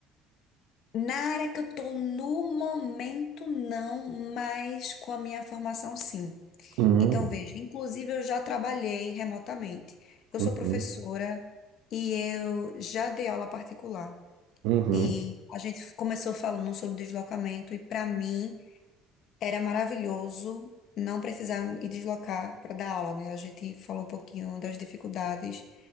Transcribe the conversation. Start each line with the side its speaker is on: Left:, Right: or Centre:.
Left: Na área que eu estou no momento, não, mas com a minha formação, sim.
Right: Hum,
Left: Então, veja, inclusive eu já trabalhei remotamente. Eu
Right: uhum,
Left: sou professora e eu já dei aula particular.
Right: uhum,
Left: E a gente começou falando sobre deslocamento, e para mim era maravilhoso não precisar me deslocar para dar aula, né? A gente falou um pouquinho das dificuldades